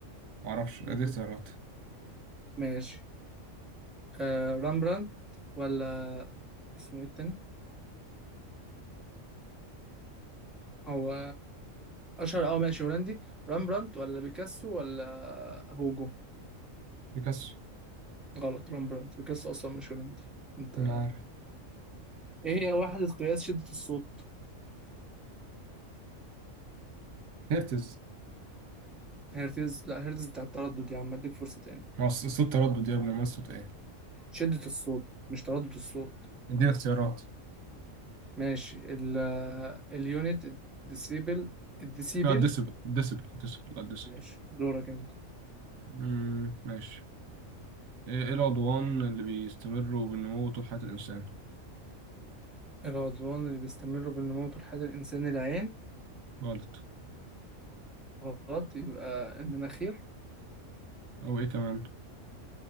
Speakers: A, on the right (about 85°); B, in the centre.
A: معرفش ادي
B: أوكي.
A: اختيارات
B: ماشي آه، رامبراندت ولا اسمه ايه التاني هو اشهر اه ماشي هولندي رامبرانت ولا بيكاسو ولا هوجو
A: بيكاسو
B: غلط رامبرانت بيكاسو اصلا مش هولندي انت
A: مين عارف
B: ايه هي وحدة قياس شدة الصوت
A: هيرتز
B: هرتز لا هرتز بتاع التردد يا عم اديك فرصة تاني
A: ما هو صوت تردد يا ابني ما صوت ايه
B: شدة الصوت مش تردد الصوت
A: اديني اختيارات
B: ماشي ال اليونت الديسيبل الديسيبل
A: لا ديسبل ديسبل ديسبل لا ديسبل
B: ماشي دورك انت
A: مم، ماشي ايه إيه العضوان اللي بيستمروا بالنمو طول حياة الانسان
B: العضوان اللي بيستمر بالنمو طول حياة الإنسان العين
A: غلط
B: غلط يبقى المناخير
A: او ايه كمان